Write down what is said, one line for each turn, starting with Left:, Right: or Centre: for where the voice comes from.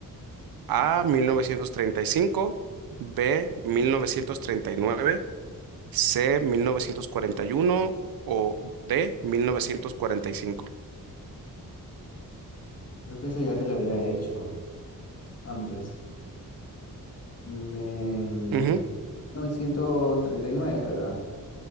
Right: A, 1935, B, 1939, C, 1941 o D, 1945.
Left: Creo que esa ya te la había hecho. Antes. mm, En
Right: Ujú,
Left: mil novecientos treinta y nueve, ¿verdad?